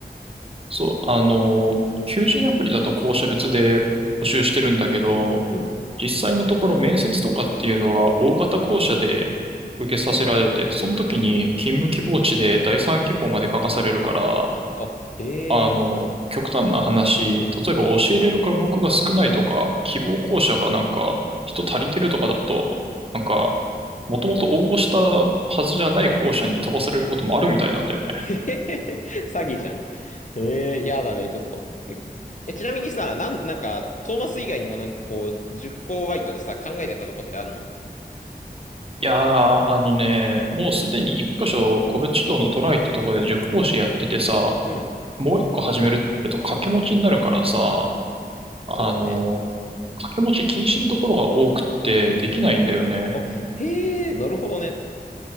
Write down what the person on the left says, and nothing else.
うん。
あ、へ
え。
<laughs> へへへ詐欺じゃん。ええー、やだね、ちょっと。え、えちなみにさ、なん、なんか、トーマス以外にもなんかこう、塾講バイトでさ、考えてたとこってあるの
うん、
そうだね。
あ、へえ、なるほどね。